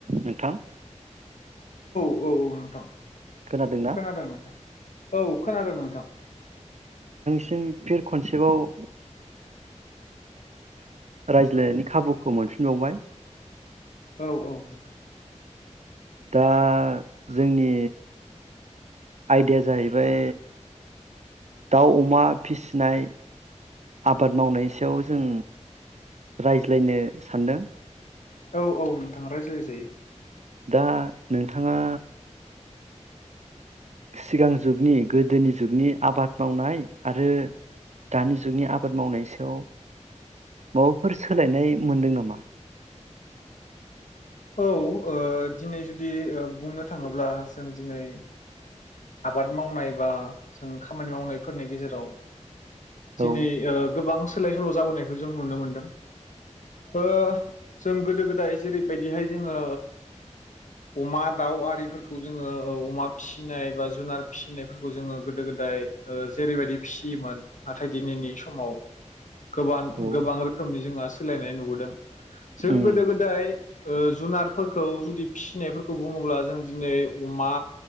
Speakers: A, on the right; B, on the left.
A: नोंथां
B: औ औ नोंथां
A: खोनादोंना
B: खोनादों नोंथां औ खोनादों नोंथां
A: थि फिर खनसेबाव रायज्लायनायनि खाबुखौ मोनफिनबावबाय
B: औ औ नोंथां
A: दा जोंनि आयदाया जाहैबाय दाउ अमा फिसिनाय आबाद मावनायनि सायाव जों रायज्लायनो सानदों
B: औ औ नोंथाङा रायज्लायजायो
A: दा नोंथाङा सिगां जुगनि गोदोनि जुगनि आबाद मावनाय आरो दानि जुगनि आबाद मावनाय सायाव माबाफोर सोलायनाय मोनदों नामा?
B: औ ओ दिनै जुदि ओ बुंनो थाङोब्ला जों दिनै आबाद मावनाय बा जों खामानि मावनायफोरनि गेजेराव दिनै
A: औ
B: ओ गोबां सा सोलाय सोल जाबोनायखौ जों नुनो मोनदों ओ जों गोदो गोदाय जेरैबायदिहाय जोङो ओ अमा दाउ आरिफोरखौ जोङो औ अमा फिसिनाय एबा जुनार फिसिनायफोरखौ जोङो गोदो गोदाय ओ जेरैबायदि फिसियोमोन नाथाय दिनैनि समाव गोबां
A: औ
B: गोबां रोखोमनि जोंहा सोलायनाय नुबोदों जों
A: उम
B: गोदो गोदाय ओ जुनार फोरखो जुदि फिसिनाय फोर खौ बुङोब्ला जों दिनै अमा